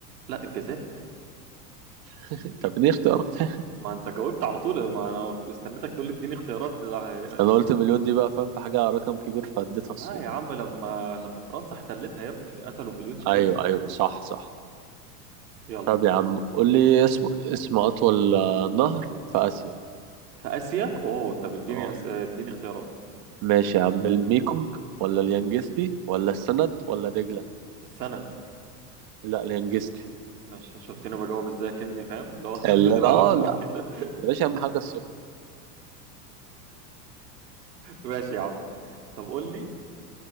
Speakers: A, on the right; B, on the right.
A: لا الجزائر
B: <laughs> طب ليه اختيارك ده؟ <laughs>
A: ما انت جاوبت على طول ما انا استنيتك تقول لي اديني اختيارات لا, هي-
B: انا قلت مليون دي بقى فاهم في حاجة رقم كبير فاديتها
A: لا
B: الصين
A: يا عم لما لما فرنسا احتلتها يا ابني قتلوا مليون شهيد
B: ايوه ايوه صح صح
A: يلا
B: طب يا عم قول لي اسم اسم اطول آه، نهر في اسيا
A: في اسيا اوه طب اديني
B: اه
A: أس... اديني اختيارات
B: ماشي يا عم الميكونج ولا اليانجستي ولا السند ولا دجلة
A: السند
B: لا اليانجستي
A: ماشي شفتني بجاوب ازاي كني فاهم لا <laughs>
B: لا لا
A: دي معلومة مؤكدة
B: لا يا باشا اهم حاجة الثقة
A: ماشي يا عم طب قول لي